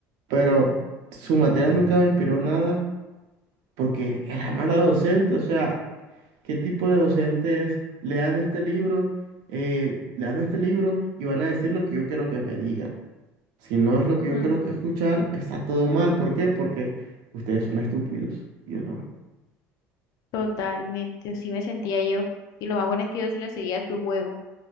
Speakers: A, on the right (about 75°); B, on the left (about 65°).
A: pero su materia nunca me inspiró nada porque era mala docente, o sea, ¿qué tipo de docente es? Le dan este libro, eh, le dan este libro y van a decir lo que yo quiero que me digan. Si no es lo que yo
B: mm,
A: quiero que escuchar, está todo mal. ¿Por qué? Porque ustedes son estúpidos, y yo no.
B: totalmente. Así me sentía yo. Y lo más bueno es que yo sí le seguía su juego,